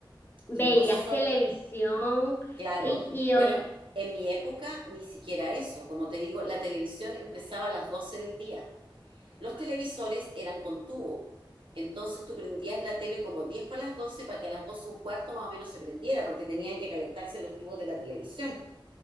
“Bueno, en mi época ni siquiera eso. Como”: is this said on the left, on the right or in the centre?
Right